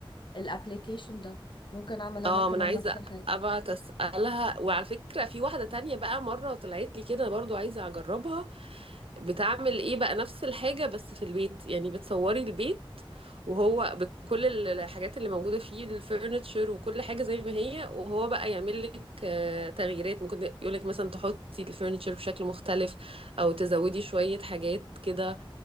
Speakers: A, on the left (about 60°); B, on the right (about 85°).
A: الابليكيشن ده ممكن اعمل انا
B: اه
A: كمان
B: ما انا عايزه
A: نفس الحاجة
B: ابعت اسالها وعلى فكره في واحده تانية بقى مره طلعت لي كده برضو عايزه اجربها بتعمل ايه بقى نفس الحاجه بس في البيت يعني بتصوري البيت وهو بكل الحاجات اللي موجوده فيه الفurniture وكل حاجه زي ما هي وهو بقى يعمل لك آه، تغييرات ممكن يقول لك مثلا تحطي الفurniture بشكل مختلف او تزودي شويه حاجات كده